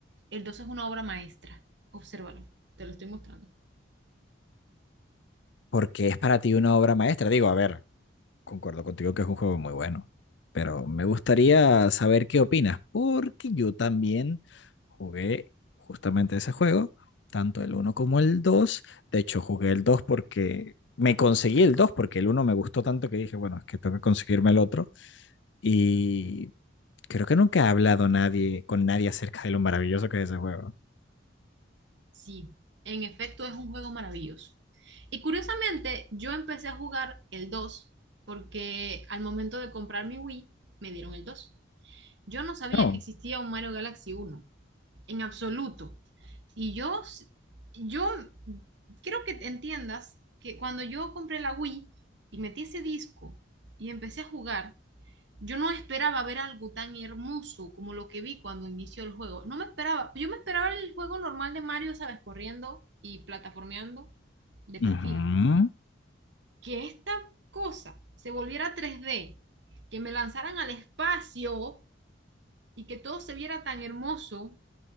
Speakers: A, on the right; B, on the left.
A: el dos es una obra maestra. Obsérvalo, te lo estoy mostrando.
B: ¿Por qué es para ti una obra maestra? Digo, a ver, concuerdo contigo que es un juego muy bueno, pero me gustaría saber qué opinas, porque yo también jugué justamente ese juego, tanto el uno como el 2. De hecho, jugué el 2 porque me conseguí el 2 porque el uno me gustó tanto que dije, bueno, es que tengo que conseguirme el otro. Y creo que nunca ha hablado nadie con nadie acerca de lo maravilloso que es ese juego.
A: Sí, en efecto es un juego maravilloso. Y curiosamente, yo empecé a jugar el 2 porque al momento de comprar mi Wii me dieron el 2. Yo no sabía
B: No.
A: que existía un Mario Galaxy uno, en absoluto. Y yo, yo quiero que entiendas que cuando yo compré la Wii y metí ese disco y empecé a jugar, yo no esperaba ver algo tan hermoso como lo que vi cuando inició el juego. No me esperaba, yo me esperaba el juego normal de Mario, sabes, corriendo y plataformeando de
B: Ujú,
A: perfil. Que esta cosa se volviera 3D, que me lanzaran al espacio y que todo se viera tan hermoso,